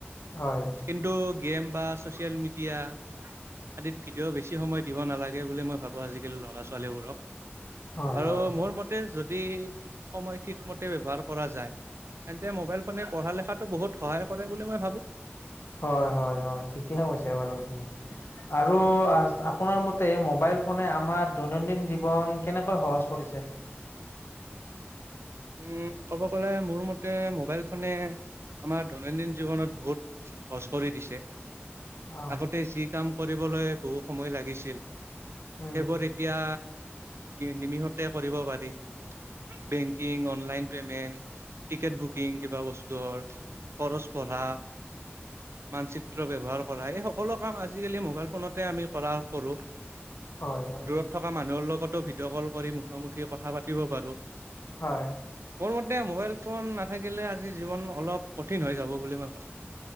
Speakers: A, on the left; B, on the right.
A: হয়।
B: কিন্তু গেম বা ছ'চিয়েল মিডিয়া আদিত ভীত ভিডিঅ' বেছি সময় দিব নালাগে বুলি মই ভাবোঁ আজিকালি ল'ৰা-ছোৱালীবোৰক।
A: হয়,
B: আৰু
A: হয়, হয়।
B: মোৰ মতে যদি, সময় ঠিক মতে ব্যৱহাৰ কৰা যায়। তেন্তে, মোবাইল ফোনে পঢ়া-লিখাতটো বহুত সহায় কৰে বুলি মই ভাবোঁ।
A: হয়, হয়, হয়, ঠিকেহে কৈছে বাৰু আপুনি। আৰু আ-আপোনাৰ মতে, মোবাইল ফোনে আমাৰ দৈনন্দিন জীৱন কেনেকৈ সহজ কৰিছে?
B: <inaudible> উম' ক'ব গ'লে, মোৰ মতে মোবাইল ফোনে, আমাৰ দৈনন্দিন জীৱনত বহুত কৰি দিছে,
A: অহ
B: আগতে যি কাম কৰিবলৈ বহু সময় লাগিছিল
A: উম
B: সেইবোৰ এতিয়া নিমিষতে কৰিব পাৰি। Bank banking, online payment ticket booking কিবা বস্তৰ, খৰচ পঢ়া মানচিত্ৰ ব্যৱহাৰ কৰা এই সকলো কাম আজিকালি মোবাইল ফোনতে আমিতে কৰা কৰোঁ।
A: হয় হয়।
B: দূৰত থকা মানুহৰ লগতো ভিডিঅ' কল কৰি মুখামুখি কথা পাতিব পাৰোঁ।
A: হয়,
B: মোৰ মতে মোবাইল ফোন নাথাকিলে, আজি জীৱন অলপ কঠিন হৈ যাব বুলি মই ভাবোঁ।